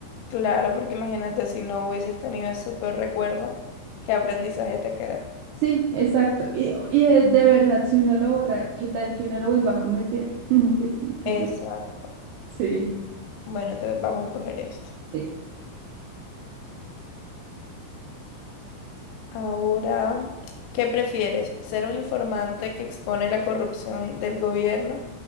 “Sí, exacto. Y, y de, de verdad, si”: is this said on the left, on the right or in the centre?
Right